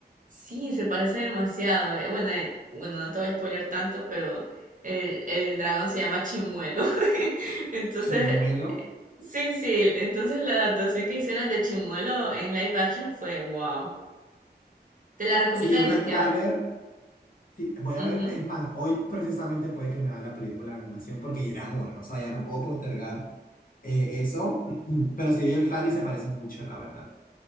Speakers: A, on the right; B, on the left.
A: Sí, se parecen demasiado. eh, Bueno, eh, bueno, no te voy a spoiler tanto, pero el, el dragón se llama Chimuelo. <laughs> Entonces,
B: Chimuelo.
A: sí, sí, entonces la adaptación que hicieron de Chimuelo en live action fue wow. Te la recomiendo
B: Si yo
A: demasiado.
B: vi el tráiler, sí, voy a
A: Ujú.
B: ver, es más, hoy precisamente puede que me vaya la película de animación porque ya es hora, o sea, ya no puedo postergar eh, eso, <clears throat> pero si vi el tráiler y se parece mucho, la verdad.